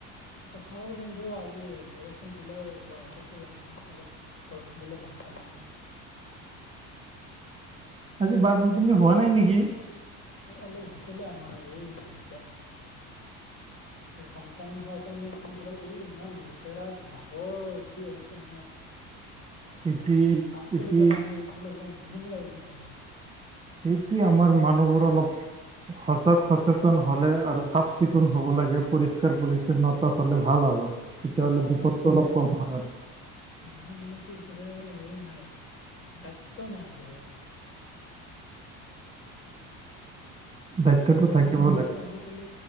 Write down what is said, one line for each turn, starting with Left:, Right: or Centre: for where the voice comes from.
Left: কথা হ'ল বন্ধু আজি বৰষুণ দিলেও গুৱাহাটীত টো জানো অলপ বৰষুণ দিলে বানপানী হয়।
Right: আজি বানপানী হোৱা নাই নেকি?
Left: অলপ হৈছিলে আমাৰ এই খিনিতে। বানপানী হোৱা কাৰণে কি হ'ল এই ইমান লেতেৰা জাবৰ উঠি আহিছে নহয়। উম,
Right: এইটোৱে
Left: আঠুলৈকে
Right: এইটোৱে
Left: পানী হৈ গৈছিলে একদম ঘিং লাগি গৈছে মোৰ।
Right: সেইটোৱেই আমাৰ মানুহবোৰ অলপ সজাগ-সচেতন হ'লে আৰু চাফ-চিকুণ হ'ব লাগে পৰিষ্ কাৰ পৰিচ্ছন্নতা ফালে ভাল আৰু তেতিয়াহ'লে
Left: ভাল
Right: বিপদটো
Left: আৰু মানে
Right: অলপ কম হয় আৰ।
Left: মানুহ মানে কি একেবাৰে হেৰি নাই দায়িত্ব নাই একেবাৰে।
Right: দায়িত্বটো
Left: এই ব্ৰহ্মপুত্ৰৰ
Right: থাকিব লাগে
Left: আজিকালি,